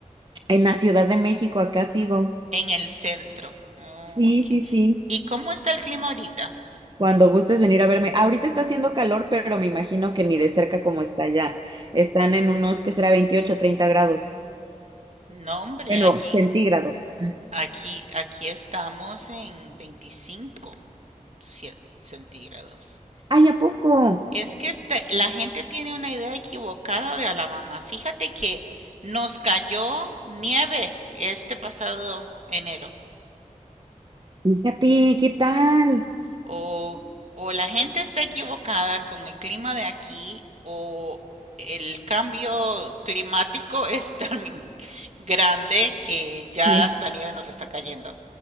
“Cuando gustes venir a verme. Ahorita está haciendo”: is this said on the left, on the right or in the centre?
Right